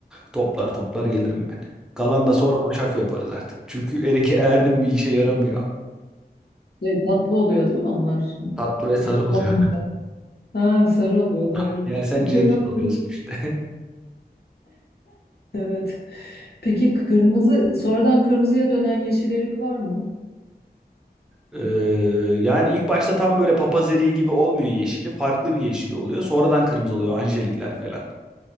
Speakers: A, in the centre; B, on the left.
A: toplar toplar gelirim ben. Kalan da sonra hoşaf yaparız artık. Çünkü erik <laughs> erdi mi bir işe yaramıyor.
B: Şey, tatlı oluyor değil mi onlar?
A: Tatlı ve sarı
B: E,
A: oluyor.
B: alınca. Ha, sarı oluyor doğru.
A: <laughs> Yersen
B: Peki,
A: cırcır
B: yok.
A: oluyorsun
B: <laughs>
A: işte. <laughs>
B: Evet. Peki kırmızı sonradan kırmızıya dönen yeşil erik var mı?
A: Ee, yani ilk başta tam böyle papaz eriği gibi olmuyor yeşili. Farklı bir yeşili oluyor. Sonradan kırmızı oluyor. Anjelikler falan.